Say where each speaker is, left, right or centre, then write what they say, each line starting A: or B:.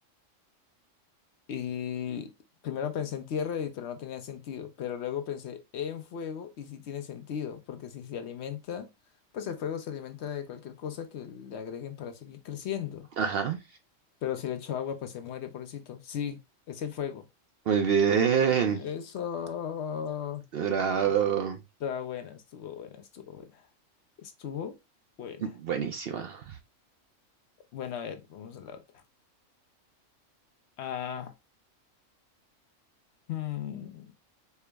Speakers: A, on the left (about 65°); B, on the right (about 60°).
A: Y primero pensé en tierra, y- pero no tenía sentido. Pero luego pensé en fuego y sí tiene sentido, porque si se alimenta, pues el fuego se alimenta de cualquier cosa que le agreguen para seguir creciendo.
B: Ajá.
A: Pero si le echo agua, pues se muere, pobrecito. Sí, es el fuego.
B: Muy bien.
A: Eso.
B: Bravo.
A: Está buena, estuvo buena, estuvo buena. Estuvo buena.
B: Buenísima.
A: Bueno, a ver, vamos a la otra. Ah, hmm,